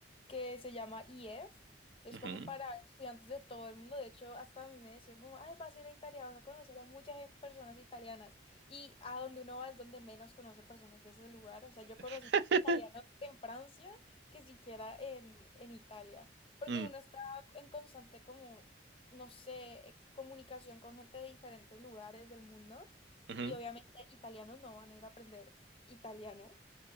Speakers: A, on the left; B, on the right.
A: que se llama IEF. Es
B: Ujú.
A: como para estudiantes de todo el mundo. De hecho, hasta a mí me decían como, ay, vas a ir a Italia, vas a conocer a muchas gen- personas italianas. Y a donde uno va es donde menos conoce personas de ese lugar. O sea, yo conocí
B: <laughs>
A: más italianos en Francia que siquiera en, en Italia. Porque
B: Mm,
A: uno está en constante como no sé, eh, comunicación con gente de diferentes lugares del mundo.
B: ujú.
A: Y obviamente italianos no van a ir a aprender italiano